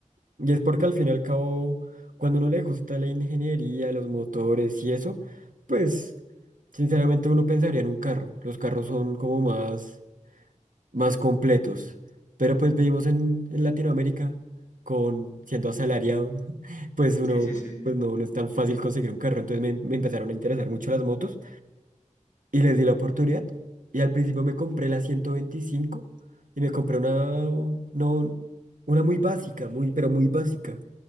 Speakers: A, on the right; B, on the left.
A: Y es porque al fin y al cabo, cuando uno le gusta la ingeniería, los motores y eso, pues sinceramente uno pensaría en un carro. Los carros son como más, más completos. Pero pues vivimos en, en Latinoamérica con siendo asalariado, <laughs> pues uno
B: Sí, sí, sí.
A: pues no, no es tan fácil conseguir un carro. Entonces me, me empezaron a interesar mucho las motos y les di la oportunidad. Y al principio me compré la 125 y me compré una, no, una muy básica, muy, pero muy básica.